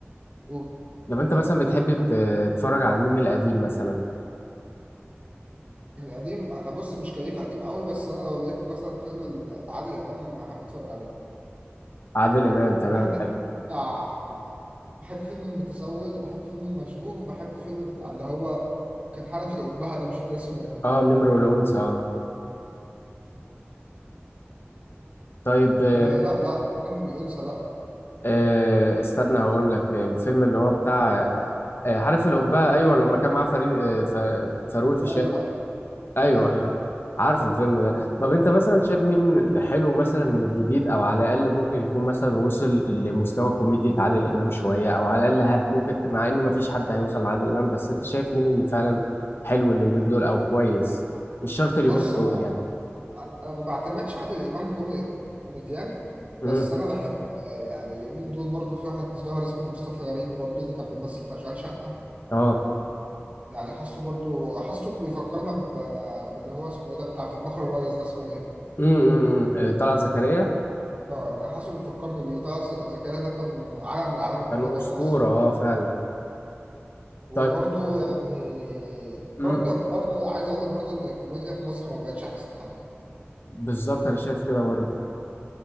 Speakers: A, on the right; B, on the left.
A: قول
B: لو انت مثلا بتحب ت- تتفرج على مين من القديم مثلا
A: من القديم انا بص مش كيف قديم قوي بس انا لو لقيت مثلا فيلم ال- العادل امام بحب اتفرج عليه
B: عادل امام تمام
A: بحب الفيلم
B: حلو
A: بتاع بحب فيلم المتسول وبحب فيلم المشبوه وبحب فيلم بتاع اللي هو كان حنفي الأبهة ده مش فاكر اسمه ايه
B: اه النمر والانثى اه طيب آه،
A: آه لا لا مش جانب الأنثى لا
B: آه، استنى هقول لك الفيلم اللي هو بتاع آه، آه، عارف القبعة ايوه لما كان معاه فريق آه، ف- فاروق الفيشاوي
A: أيوه أيوه
B: ايوه
A: أيوه
B: ايوه عارفه الفيلم ده طب انت مثلا شايف مين من- حلو مثلا من الجديد او على الاقل ممكن يكون مثلا وصل لمستوى كوميديا عادل امام شويه او على الاقل ها ممكن مع ان مفيش حد هيوصل لعادل امام بس انت شايف مين اللي فعلا حلو اليومين دول او كويس مش شرط اليومين
A: بص أنا
B: دول يعني
A: أنا ما بعتمدش حد الإمام كومي- كوميديان
B: امم
A: بس أنا بحب آه، يعني اليومين دول برضو في واحد ظهر اسمه مصطفى غريب برضو اللي كان بيمثل في أشغال شقة
B: اه
A: يعني حاسه برضو حاسه بيفكرنا ب... باللي هو اسمه ايه ده بتاع طباخ الريس ده اسمه ايه
B: امم أمم، أمم. آه، طلعت زكريا
A: اه يعني حاسه بيفكرني بيه طه زكريا ده كان عالم من عالم الكوميديا
B: كان اسطوره
A: في مصر
B: اه فعلا
A: وبرضه
B: طيب
A: يعني برضه
B: امم
A: برضه عايز اقول لك برضه ان الكوميديا في مصر ما بقتش احسن حاجه
B: بالظبط انا شايف كده برضه